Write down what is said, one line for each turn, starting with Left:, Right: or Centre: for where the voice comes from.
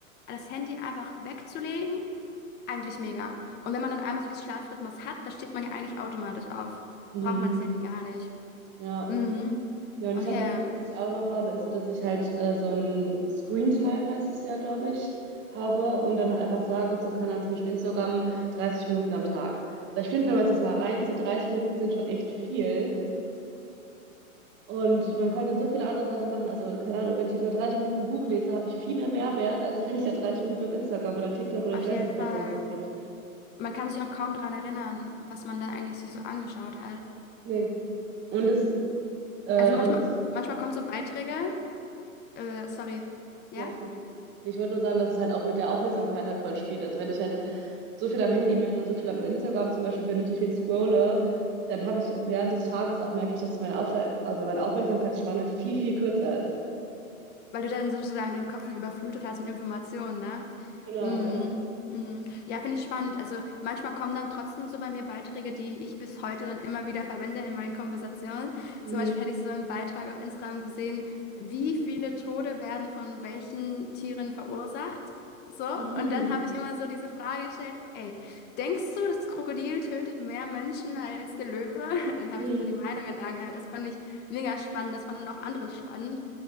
Left: das Handy einfach wegzulegen, eigentlich mega. Und wenn man dann einmal so diesen Schlafrhythmus hat, dann steht man ja eigentlich automatisch auf.
Right: mhm.
Left: Braucht man das Handy gar nicht.
Right: Ja.
Left: Mhm.
Right: Ja, und
Left: Okay,
Right: ich habe noch, was ich auch noch habe, ist so, dass ich halt äh, so ein Screen Time heißt es ja, glaube ich, habe und dann halt einfach sage, so kann dann zum Beispiel Instagram 30 Minuten am Tag. Weil ich finde, wenn man es jetzt mal reinzieht, 30 Minuten sind schon echt viel und man könnte so viele andere Sachen machen. Also, keine Ahnung, wenn ich jetzt mal 30 Minuten ein Buch lese, habe ich viel mehr Mehrwert, als <laughs> wenn ich da 30 Minuten auf Instagram oder TikTok oder
Left: auf
Right: ich
Left: jeden
Right: weiß nicht,
Left: Fall.
Right: was es sonst noch gibt.
Left: man kann sich auch kaum daran erinnern, was man da eigentlich sich so angeschaut hat.
Right: Nee. Und es, äh,
Left: Also manchmal,
Right: und es,
Left: manchmal kommen so Beiträge, äh, sorry, ja?
Right: ja, ist gut. Ich wollte nur sagen, dass es halt auch mit der Aufmerksamkeit halt voll spielt. Also wenn ich halt so viel
Left: Mm.
Right: am Handy bin und so viel am Instagram zum Beispiel bin und so viel scrolle, dann habe ich während des Tages auch merke ich, dass ich meine Aufwer also meine Aufmerksamkeitsspanne viel, viel kürzer ist.
Left: Weil du dann sozusagen deinen Kopf schon überflutet hast mit Informationen, ne?
Right: Genau,
Left: Mm,
Right: ja.
Left: mm. Ja, finde ich spannend. Also manchmal kommen dann trotzdem so bei mir Beiträge, die ich bis heute dann immer wieder verwende in meinen Konversationen.
Right: Mhm.
Left: Zum Beispiel hatte ich so einen Beitrag auf Instagram gesehen, wie viele Tode werden von welchen Tieren verursacht? So,
Right: <laughs>
Left: und dann habe ich immer so diese Frage gestellt, ey, denkst du, das Krokodil tötet mehr Menschen als der Löwe? <laughs> Dann habe
Right: Mhm.
Left: ich mir so die Meinungen angehört. Das fand ich mega spannend, das fanden auch andere spannend.